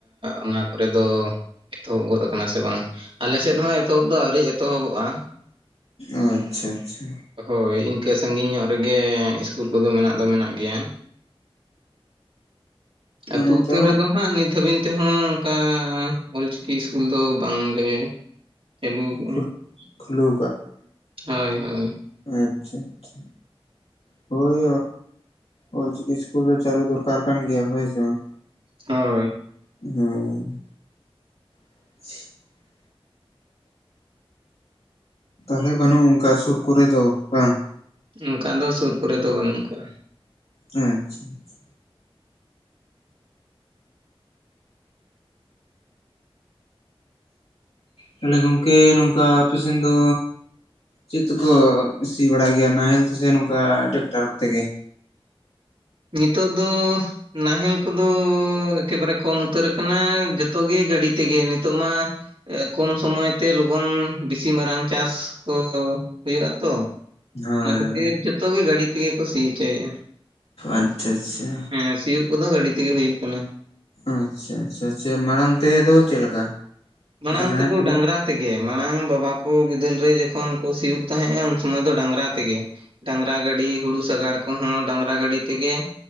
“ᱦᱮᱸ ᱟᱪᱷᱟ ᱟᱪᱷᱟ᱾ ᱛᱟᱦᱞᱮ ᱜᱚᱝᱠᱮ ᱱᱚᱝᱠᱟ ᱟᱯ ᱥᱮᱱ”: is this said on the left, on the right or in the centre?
Left